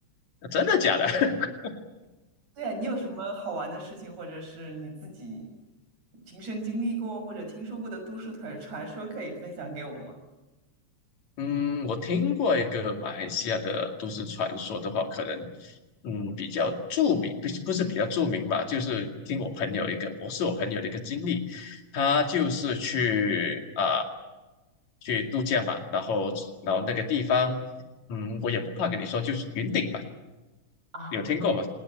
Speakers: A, on the left; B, on the right.
A: 真的假的？<laughs>
B: <laughs> 对呀，你有什么好玩的事情，或者是你自己亲身经历过或者听说过的都市传传说，可以分享给我吗？
A: 嗯，我听过一个马来西亚的都市传说的话，可能，嗯，比较著名，不是不是比较著名吧，就是听我朋友一个，我是我朋友的一个经历，他就是去啊、去度假嘛，然后然后那个地方，嗯，我也不怕跟你说，就是云顶嘛，
B: 啊，
A: 有听过吗？
B: 我